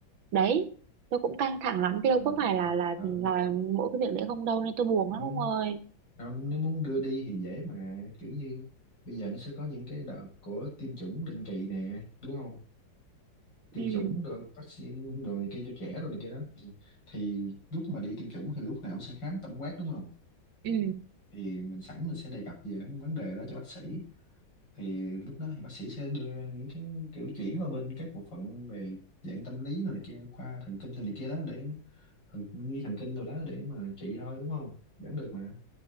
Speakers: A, on the right (about 80°); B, on the left (about 70°).
A: đấy tôi cũng căng thẳng lắm tiêu
B: ờ,
A: có phải là là
B: ở
A: là mỗi cái việc đấy không đâu nên tôi buồn
B: không
A: lắm ông ơi
B: không nếu muốn đưa đi thì dễ mà kiểu như bây giờ nó sẽ có những cái đợt của tiêm chủng định kỳ nè đúng không tiêm
A: ừ
B: chủng rồi vaccine rồi này kia cho trẻ rồi này kia đó thì, thì lúc mà đi tiêm chủng thì lúc nào cũng sẽ khám tổng quát đúng không
A: ừ
B: thì mình sẵn mình sẽ đề cập về vấn đề đó cho bác sĩ thì lúc đó thì bác sĩ sẽ đưa ra những cái kiểu chuyển qua bên các bộ phận về dạng tâm lý rồi này kia khoa thần kinh rồi này kia đó để thần đi thần kinh rồi đó để mà trị thôi đúng không vẫn được mà